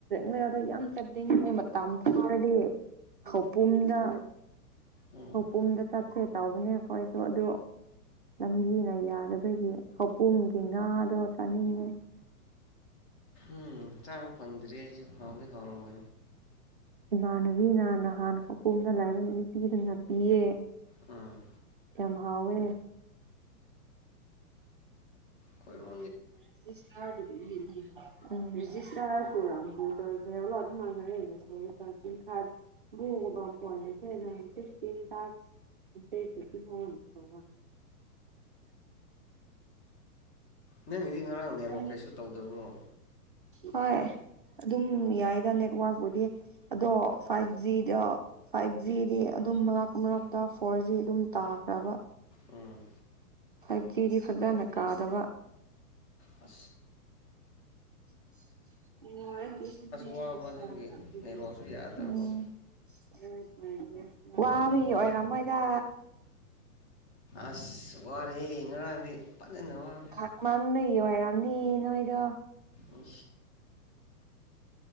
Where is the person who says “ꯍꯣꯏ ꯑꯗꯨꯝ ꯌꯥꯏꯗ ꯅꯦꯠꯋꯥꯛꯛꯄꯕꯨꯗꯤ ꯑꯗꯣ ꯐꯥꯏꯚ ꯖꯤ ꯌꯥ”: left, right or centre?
Right